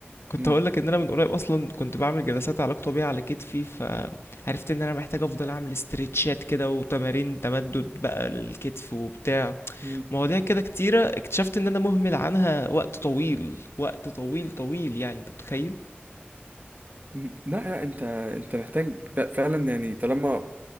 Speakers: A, on the left; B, on the right.
A: كنت
B: مم.
A: هقول لك ان انا من قريب اصلا كنت بعمل جلسات علاج طبيعي على كتفي فعرفت ان انا محتاج افضل اعمل استرتشات كده وتمارين تمدد بقى للكتف وبتاع
B: مم.
A: مواضيع كده كتيرة اكتشفت ان انا مهمل عنها وقت طويل وقت طويل طويل يعني انت متخيل
B: مم. لا لا انت انت محتاج ب- فعلا يعني طالما